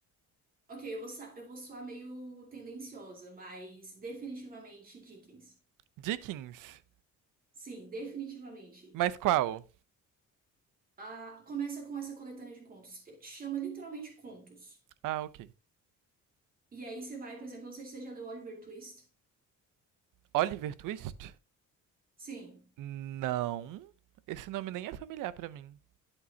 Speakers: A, on the right; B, on the right.
A: Ok, eu vou, sa- eu vou soar meio tendenciosa, mas definitivamente Dickens.
B: Dickens.
A: Sim, definitivamente.
B: Mas qual?
A: Ah, começa com essa coletânea de contos. Eh, Chama literalmente contos.
B: Ah, ok.
A: E aí você vai, por exemplo, não sei se você já leu Oliver Twist.
B: Oliver Twist?
A: Sim.
B: Não. Esse nome nem é familiar pra mim.